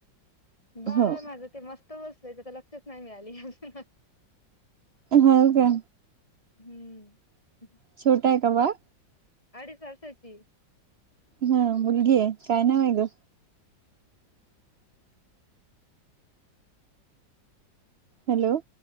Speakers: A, on the left; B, on the right.
A: बाळ
B: हो
A: माझं ते मस्त बसल त्याचा लक्षच नाही मिळाली अजून
B: हो का
A: हम्म
B: छोट आहे का बाळ?
A: अडीच वर्षाची
B: हा मुलगी आहे काय नाव आहे ग हॅलो